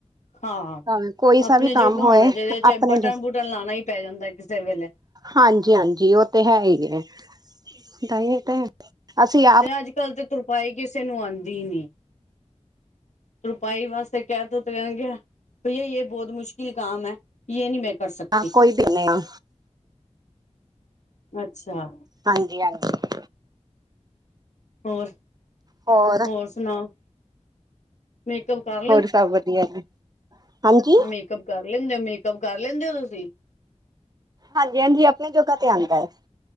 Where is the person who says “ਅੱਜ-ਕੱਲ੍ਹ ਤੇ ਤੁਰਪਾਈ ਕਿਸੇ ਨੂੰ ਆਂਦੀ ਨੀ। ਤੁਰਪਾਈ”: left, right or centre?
Left